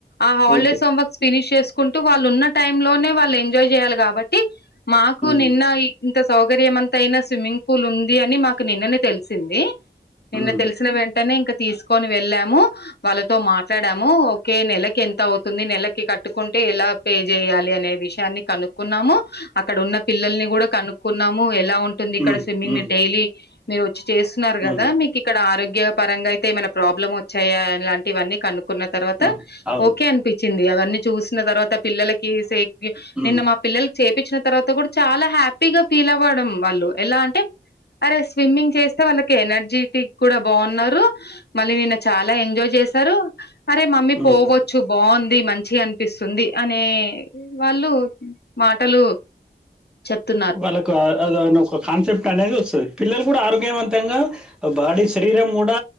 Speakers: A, on the left; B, in the centre.
A: ఆ హాలిడేస్
B: ఓకే
A: హోమ్వర్క్స్ ఫినిష్ చేసుకుంటూ వాళ్ళు ఉన్న టైమ్ లోనే వాళ్ళు ఎం ఎంజాయ్ చేయాలి కాబట్టి మాకు
B: ఉమ్
A: నిన్న ఇంత సౌ గర్యమంతయిన స్విమ్మింగ్ పూల్ ఉంది అని మాకు నిన్నని తెలిసింది నిన్న
B: ఉమ్
A: తెలిసిన వెంటనే ఇంక తీసుకొని వెళ్ళాము వాళ్ళతో మాట్లాడాము ఓకే నెలకి ఎంత అవుతుంది నెలకి కట్ కట్టుకుంటే ఎలా పే చేయాలి అనే విషయాన్ని కనుక్కున్నాము అక్కడ ఉన్న పిల్లల్ని కూడా కనుక్కున్నాము ఎలా ఉంటుంది ఇక్కడ
B: ఉమ్
A: స్విమ్మింగ్
B: ఉమ్
A: మీరు డైలీ మీరు వచ్చి చేస్తున్నారు కదా
B: ఉమ్
A: మీకిక్కడ ఆరోగ్య పరంగా అయితే ఏమైనా ప్రాబ్లం వచ్చాయా ఇలాంటివన్నీ కనుక్కున్న తర్వాత
B: ఉమ్ అవును
A: ఓకే అనిపించింది అ చూసిన తర్వాత పిల్లలకి సే
B: ఉమ్
A: నిన్న మా పిల్లల చేపిచ్చిన తర్వాత కూడా చాలా హ్యాపీగా ఫీల్ అవ్వడం వాళ్ళు ఎలా అంటే అరే స్విమ్మింగ్ చేస్తే వాళ్ళకి ఎనర్జిటిక్ కూడా బావున్నారు మళ్ళీ నిన్న చాలా ఎంజాయ్ చేశారు అరే మమ్మీ
B: ఉమ్
A: పోవచ్చు బావుంది మంచి చిగా అనిపిస్తుంది అనే వాళ్ళు మాటలు చెప్తు
B: వాళ్ళకు అ అ అదను ఒక కాన్సెప్ట్ అనేది వస్తది పిల్లలు కూడా ఆరోగ్యవంతంగా బాడీ శరీరం కూడా